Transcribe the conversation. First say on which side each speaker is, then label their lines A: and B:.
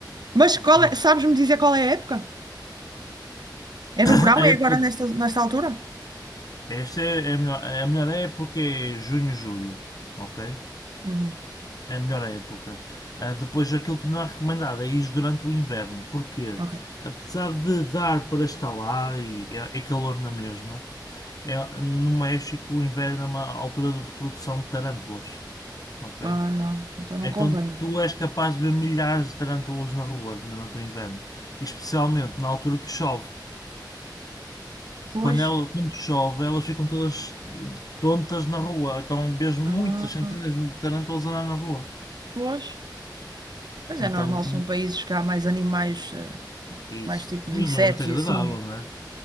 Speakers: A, on the right (about 60°); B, on the left (about 50°).
A: Mas
B: Exatamente.
A: qual é, sabes-me dizer qual é a época? É no
B: A
A: verão? É
B: época,
A: agora nesta, nesta altura?
B: esta é a melhor, a melhor época é junho, julho, ok?
A: Uhum.
B: é a melhor época. Ah, depois, aquilo que não é recomendado é ir durante o inverno, porque
A: Ok.
B: apesar de dar para estar lá e é, é calor na mesma, é, no México o inverno é uma altura de reprodução de tarântulas, ok?
A: Ah, não. Então não
B: Então
A: convém, não.
B: tu és capaz de ver milhares de tarântulas na rua durante o inverno, especialmente na altura que chove.
A: Pois.
B: Quando, ela, quando chove, elas ficam todas tontas na rua, então vês muitas
A: Ah,
B: centenas de tarântulas andar na rua.
A: pois. Mas
B: Então
A: é normal, são países que há mais animais, eh,
B: Isso.
A: mais tipos
B: Mas
A: de insetos
B: não é muito agradável,
A: e assim. é.
B: não é?